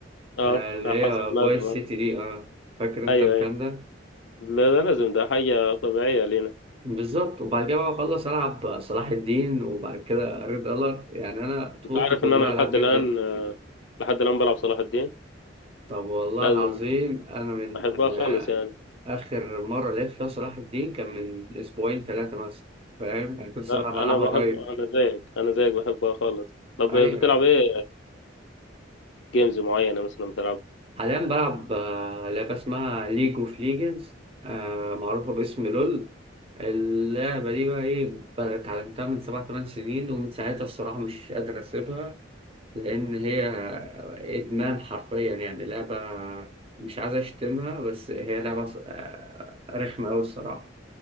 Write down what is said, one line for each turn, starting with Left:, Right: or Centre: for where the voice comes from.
Left: اه
Right: آه اللي
Left: <laughs> حصل
Right: هي
Left: لازم
Right: فايس
Left: آه.
Right: سيتي دي اه فاكر انت
Left: ايوه
Right: الكلام
Left: ايوه
Right: ده
Left: لا ده لازم ده حاجة طبيعية لينا
Right: بالظبط وبعد كده بقى اخلص العب صلاح الدين وبعد كده ريد الارت يعني انا طفولتي
Left: انت عارف
Right: كلها
Left: ان انا لحد
Right: العاب جيم
Left: الان
Right: فيديو
Left: آه، لحد الان بلعب صلاح الدين
Right: طب والله
Left: لازم
Right: العظيم انا من
Left: احبها خالص
Right: آه،
Left: يعني
Right: آخر مرة لعبت فيها صلاح الدين كان من أسبوعين ثلاثة مثلا فاهم أنا كنت لسه
Left: لا
Right: بلعب ألعابها
Left: انا بحب
Right: قريب
Left: انا زيك انا زيك بحبها خالص طب
Right: أيوة
Left: بتلعب ايه كجيمز معينة مثلا بتلعب
Right: حاليا بلعب آه، لعبة اسمها ليج أوف ليجنز معروفة باسم لول اللعبة دي بقى إيه بقى اتعلمتها من سبع تمن سنين ومن ساعتها الصراحة مش قادر أسيبها لأن هي إدمان حرفيا يعني لعبة مش عايز أشتمها بس هي لعبة آه، رخمة أوي الصراحة